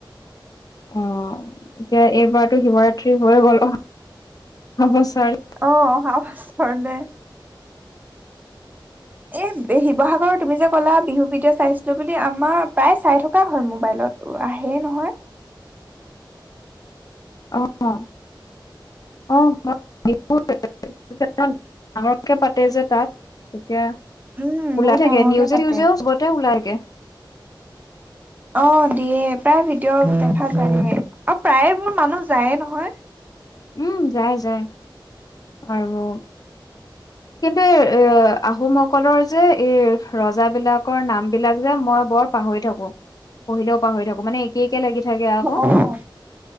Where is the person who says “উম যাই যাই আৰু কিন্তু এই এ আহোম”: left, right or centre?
Left